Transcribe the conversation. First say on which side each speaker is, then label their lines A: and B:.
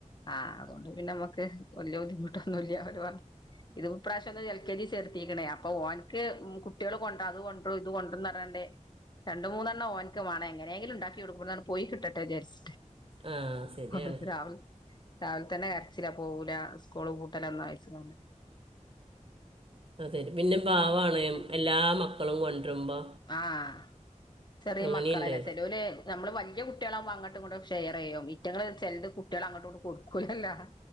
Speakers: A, on the left; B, on the right.
A: ആഹ് അതോണ്ട് പിന്നെ അമ്മക്ക് വല്ല്യ ബുദ്ധിമുട്ടൊന്നുല്ല ഓല് പർ ഇത് ഇപ്രാശ്യൊന്ന് എൽ കെ ജി ചേർത്തീക്ക്ണെ അപ്പൊ ഓൻക്ക് ഉം കുട്ടിയള് കൊണ്ടാ അത് കൊണ്ട്രും ഇത് കൊണ്ട്രുന്ന് പർഞ്ഞാണ്ട് രണ്ട് മൂന്നെണ്ണം ഓൻക്ക് വാണെ എങ്ങനെങ്കിലും ഇണ്ടാക്കിയോടും ഇവ്ട്ന്നാണ്ട് പോയി കിട്ടട്ടെ വിചാരിച്
B: ആ ശരിയാണ്
A: ഇത് രാവിൽ രാവില് തന്നെ കരച്ചിലാ പോവൂല സ് കൂള് പൂട്ടെലെന്നാ ചോയിച്ച്ങ്ങാണ്ട്
B: ആഹ് തരും പിന്നെ പാവാണേം എല്ലാ മക്കളും കൊണ്ടരുമ്പോ
A: ആഹ് ചെറിയെ
B: അങ്ങനെയുണ്ട്
A: മക്കളല്ലേ ചെലോല് ഞമ്മള് വല്ല്യ കുട്ടിളാവുമ്പോ അങ്ങട്ടും ഇങ്ങട്ടും ഷെയറെയ്യും ഈറ്റങ്ങള് ചെലത് കുട്ടിയള് അങ്ങട്ടും ഇങ്ങോട്ടും കൊടുക്കൂലല്ലോ